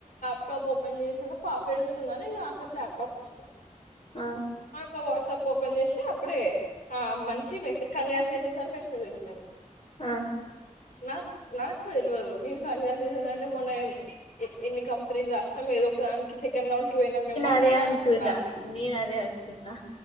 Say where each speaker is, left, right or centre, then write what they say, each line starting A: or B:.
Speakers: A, on the left; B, on the left.
A: ల్యాప్టాప్ ఓపెన్ చేసింటే పాప ఎడుస్తుందిని నే నాక్కకి ల్యాప్టాప్ ఇస్తునాను
B: ఆ
A: సో వాట్సాప్ ఓపెన్ చేసి అపుడే ఆ మనిష మెసేజ్ కంగ్రాచ్యులేషన్స్ అని మెసేజ్ వచ్చింది
B: ఆ
A: నాకు నాకు తెలియదు నేను కంగ్రాచులేషన్ అంటే మొన్న ఎన్ని కంపెనీలు రాష్ట్రం ఏదో సెకండ్ రౌండ్ కి పోయినా మేమోని
B: అదే
A: నేను అనుకున్నా
B: నేను అదే అనుకున్నా